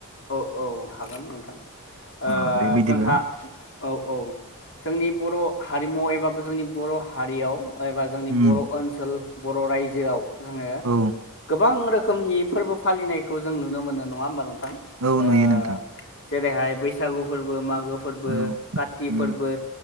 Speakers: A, on the left (about 55°); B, on the right (about 75°).
A: औ औ हागोन नोंथां आ-
B: अ दे बिदिब्ला
A: जोंहा औ औ जोंनि बर' हारिमु एबा जोंनि बर' हारियाव एबा जोंनि
B: उम
A: बर' ओनसोल बर' रायजोआव जोङो
B: औ
A: गोबां रो खोमनि फोरबो फालिनायखौ जों नुनो मोनो नङा होमबा नोंथां
B: औ
A: ओ
B: नुयो नोंथां
A: जेरैहाय बैसागु फोरबो मागो फोरबो
B: औ
A: काति
B: उम
A: फोरबो